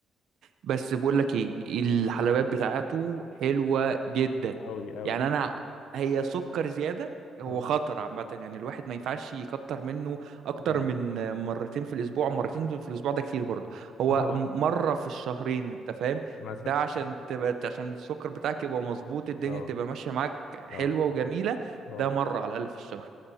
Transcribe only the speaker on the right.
بس بقول لك ايه الحلويات بتاعته حلوة جدا
يعني انا هي سكر زيادة هو
خطر عامة يعني الواحد ما ينفعش يكتر منه اكتر
من مرتين في الاسبوع مرتين في الاسبوع ده كتير برضه
هو
مرة في الشهرين انت فاهم
ده عشان تبقى عشان السكر بتاعك يبقى مظبوط الدنيا
تبقى ماشية معاك حلوة
وجميلة
ده مرة على الاقل في الشهر